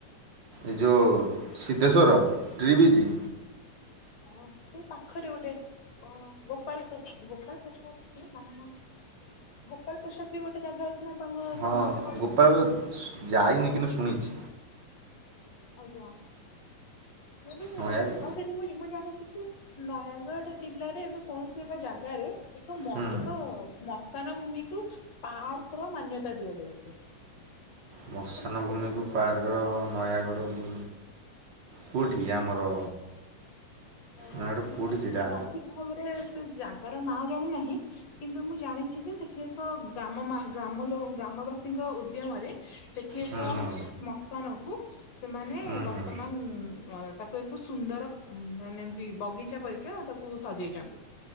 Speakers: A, on the right (about 45°); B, on the left (about 55°).
A: ଏ ଯେଉ ସିଦ୍ଧେଶ୍ୱର, ଟ୍ରି ବ୍ରିଜ?
B: ଓ ସେ ପାଖରେ ଗୋଟେ କଣ ଗୋପାଳ ପ୍ରସା ଗୋପାଳ ପ୍ରସାଦ ସେଇଟା ନା ନା ଗୋପାଳ ପ୍ରସାଦ ବି ଗୋଟେ ଜାଗା ଅଛି ନା ଆପଣଙ୍କ
A: ହଁ
B: ସେପଟ
A: ଗୋପାଳ
B: ସାଇଟରେ?
A: ଯାଇନି କିନ୍ତୁ ଶୁଣିଛି
B: ଆଜ୍ଞା। ମୁଁ ବି ଶୁଣୁଚି
A: ନୟାଗଡ଼
B: ଆଉ ସେଠି ମୁଁ ମୁଁ ଜାଣିଚିକି କି ନୟାଗଡ଼ ଜିଲ୍ଲାରେ ଏବେ କୌଣସି ଏକ ଜାଗାରେ ଏକ ମ
A: ହୁଁ
B: ଏକ ମ ଜନ୍ମଭୂମିକୁ ପାର୍କ ର ମାନ୍ୟତା ଦିଆଯାଇଛି।
A: ମସାନ
B: ଆପଣ ଜାଣିଛନ୍ତି?
A: ଭୂମିକୁୁ ପାର୍କ ନୟାଗଡ଼ କୋଉଠି ଆମର?
B: ଅ
A: ନୟାଗଡ଼
B: ମୁଁ
A: କେଉଁଠି ସେଇଟା
B: ସଠିକ ଭାବରେ ସେ ଜାଗାର ନାଁ ଜାଣି ନାହିଁ। କିନ୍ତୁ ମୁଁ ଜାଣିଛି ଯେ ସେଠି ଏକ ଗ୍ରାମ ମା ଗ୍ରମ ଲୋ ଗ୍ରାମବାସୀଙ୍କ ଉଦ୍ୟମରେ ସେଠି ଏକ
A: ହୁଁ ହୁଁ
B: ମଟନକୁ ସେମାନେ
A: ହୁଁ
B: ବର୍ତ୍ତମାନ
A: ହୁଁ
B: ତାକୁ ଏକ ସୁନ୍ଦର ମାନେ ଏମତି ବଗିଚା ପରିକା ତାକୁ ସଜେଇଛନ୍ତି।